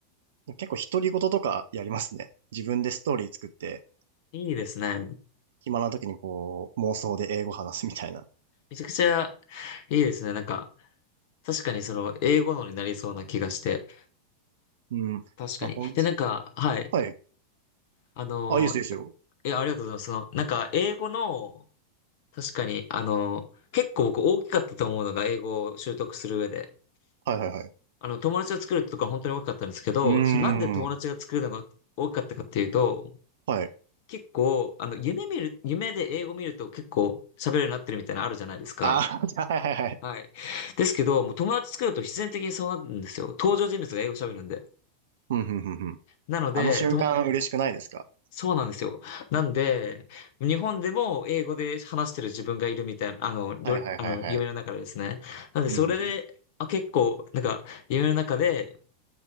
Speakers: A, on the right (about 60°); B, on the left (about 45°).
A: 結構独り言とかやりますね。自分でストーリー作って、
B: いいですね。
A: 暇な時にこう、妄想で英語話すみたいな。
B: めちゃくちゃいいですね。なんか、確かにその英語のになりそうな気がして。
A: うん。
B: 確かに。
A: まあ、こん、
B: で、なんか、はい。
A: はい。
B: あのー、
A: あ、いいですよ、いいですよ。
B: え、ありがとうございます。その、なんか、英語の、確かに、あのー、結構僕大きかったと思うのが、英語を習得する上で。
A: はいはいはい。
B: あの、友達を作るとか本当に大きかったんですけど、
A: うー
B: そのなんで友達が作るのが大きかったかっていうと、
A: ん。はい。
B: 結構、あの、夢見る、夢で英語見ると結構喋るようになってるみたいなのあるじゃないですか。
A: あー、<laughs> はいはいはい。
B: はい。ですけど、もう友達作ると必然的にそうなるんですよ。登場人物が英語喋るんで。
A: うん、うん、うん、うん。
B: なので、
A: あの瞬間嬉しくないですか
B: とそうなんですよ。なんで、日本でも英語で話してる自分がいるみたいな、あの、りょあの、
A: はいはいはいはい。
B: 夢の中でですね。なんで、
A: うん、
B: それで、
A: うん、うん。
B: あ、結構、なんか、夢の中で、